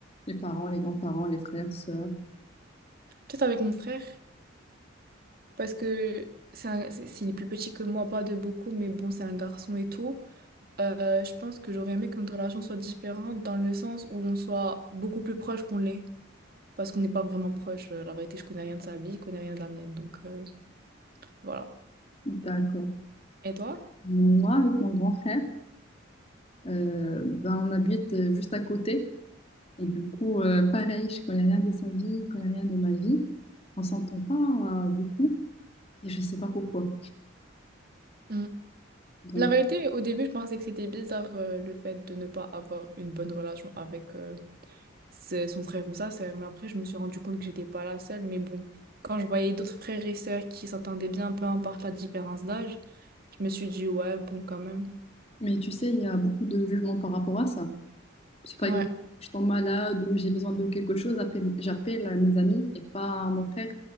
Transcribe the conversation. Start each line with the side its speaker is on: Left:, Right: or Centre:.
Left: les parents, les grands-parents, les frères, sœurs.
Right: Peut-être avec mon frère, parce que c'est un- c'est- s'il est plus petit que moi, pas de beaucoup, mais bon, c'est un garçon et tout. Euh, je pense que j'aurais aimé que notre relation soit différente dans le sens où on soit beaucoup plus proche qu'on l'est, parce qu'on n'est pas vraiment proche. Euh, La vérité, je connais rien de sa vie, il connaît rien de la mienne, donc euh, voilà.
Left: D'accord.
Right: Et toi?
Left: Moi, avec mon grand frère, euh, ben, on habite euh, juste à côté. Et du coup, euh, pareil, je connais rien de sa vie, je connais rien de ma vie. On s'entend pas euh, beaucoup et je sais pas pourquoi.
Right: Mm.
Left: Donc,
Right: La vérité, au début, je pensais que c'était bizarre euh, le fait de ne pas avoir une bonne relation avec, euh, c'est son frère ou sa sœur. Mais après, je me suis rendu compte que j'étais pas la seule. Mais bon, quand je voyais d'autres frères et sœurs qui s'entendaient bien, peu importe la différence d'âge, je me suis dit, ouais, bon, quand même.
Left: mais tu sais, il y a beaucoup de jugements par rapport à ça. Si par
Right: Ouais,
Left: exemple, je tombe malade ou j'ai besoin de quelque chose, appelle- j'appelle à mes amis et pas à mon frère.